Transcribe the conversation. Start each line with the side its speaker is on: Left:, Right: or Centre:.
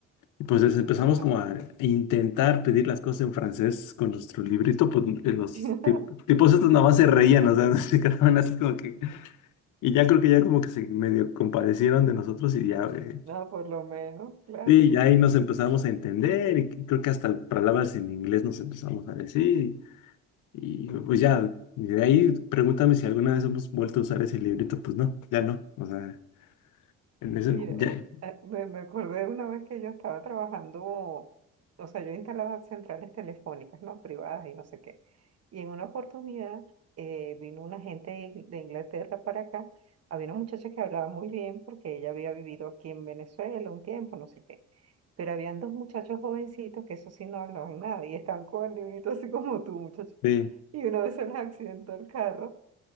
Left: Y pues les empezamos
Right: Ajá.
Left: como a intentar pedir las cosas en francés con nuestro librito, pues eh, los
Right: <laughs>
Left: tip- tipos estos nada más se reían, o sea, <laughs> se quedaban así como que... Y ya creo que ya como que se medio compadecieron de nosotros y ya, eh,
Right: No, por lo menos, claro.
Left: sí, ya ahí nos empezamos a entender y que- creo que hasta palabras en inglés nos empezamos a decir. Y pues ya, y de ahí pregúntame si alguna vez hemos vuelto a usar ese librito, pues no, ya no, o sea, en ese,
Right: Mira, eh,
Left: ya,
Right: eh, me, me acordé de una vez que yo estaba trabajando, o sea, yo instalaba centrales telefónicas, ¿no? Privadas y no sé qué. Y en una oportunidad eh, vino una gente de Ing- de Inglaterra para acá. Había una muchacha que hablaba muy bien porque ella había vivido aquí en Venezuela un tiempo, no sé qué. Pero habían dos muchachos jovencitos que eso sí no hablaban nada y estaban con el librito así como tú, muchacho.
Left: sí,
Right: Y una vez se les accidentó el carro